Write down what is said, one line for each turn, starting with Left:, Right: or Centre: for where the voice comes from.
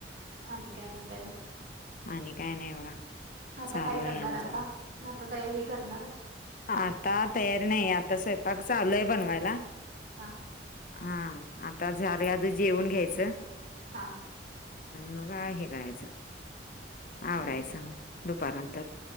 Right: आणि आणि काय म्हणताय मग!
Left: आणि काय नाही बघा.
Right: आता
Left: चालू
Right: काय
Left: आहे
Right: करणार
Left: आमचं
Right: आता आता तयारी करणार.
Left: आता तयारी नाही आता स्वयंपाक चालू आहे बनवायला.
Right: हा!
Left: हा. आता झालयं. आता जेवुन घ्यायचं.
Right: हां.
Left: आणि मग हे करायचं. आवरायचं
Right: हम्म
Left: दुपार नंतर.